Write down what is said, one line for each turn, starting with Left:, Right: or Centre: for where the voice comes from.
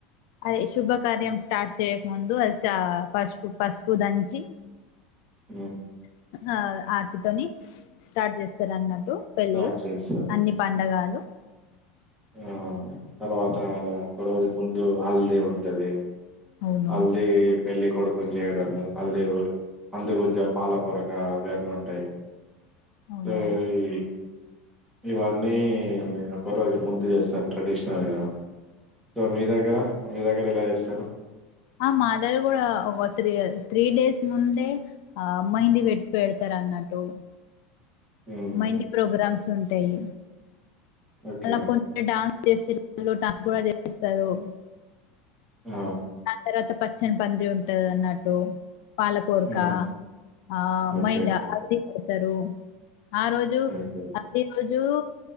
Left: అది శుభకార్యం స్టార్ట్ చేయకముందు అది చ పసుపు పసుపు దంచి
Centre: హ్మ్
Left: ఆ ఆటితోని స్టార్ట్ చేస్తారు అన్న టు పెళ్ళి
Centre: స్టార్ట్ చేశాను.
Left: అన్ని పండగలు
Centre: హ్మ్. ఆ తర్వాత ఒక రోజు ముందు హల్దీ ఉంటది
Left: అవును
Centre: హల్దీ పెళ్ళి కొడుకుని చేయడము హల్దీ అందు కొంచం పాల పొరక అవి అన్ని ఉంటాయి
Left: అవునవును
Centre: సో ఈ ఇవన్నీ ఒక రోజు ముం దు చేస్తారు ట్రెడిషనల్‌గా సో మీ దగ్గర మీ దగ్గర ఎలా చేస్తారు
Left: ఆ మా దగ్గర కూడా ఒక త్రీ త్రీ డేస్ ముందే ఆ మెహిందీ పెట్ పెడతారు అన్నటు
Centre: హ్మ్.
Left: మెహిందీ ప్రోగ్రామ్స్ ఉంటాయి
Centre: ఓకే.
Left: మల్లా కొంత డాన్ చేసి పిల్లో టస్క్ కూడా చేపిస్తారు
Centre: ఆ!
Left: తర్వాత పచ్చని బంతి ఉంటది అన్నట్టు పాలపొరక
Centre: ఆ!
Left: ఆ
Centre: ఓకే.
Left: మైందా హల్దీ పెడతారు ఆ రోజు
Centre: ఓకే.
Left: అదే రోజు జు